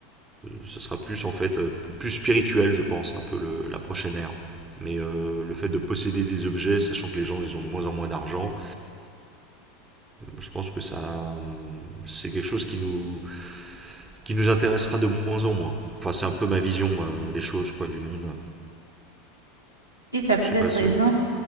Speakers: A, on the right (about 20°); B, on the right (about 90°).
A: ce sera plus, en fait, euh, plus spirituel, je pense, un peu le- la prochaine ère. Mais euh, le fait de posséder des objets, sachant que les gens, ils ont de moins en moins d'argent, je pense que ça, euh, c'est quelque chose qui nous qui nous intéressera de moins en moins. Enfin, c'est un peu ma vision euh, des choses, quoi, du monde.
B: Et tu as peut-être
A: Je sais pas
B: raison,
A: ce.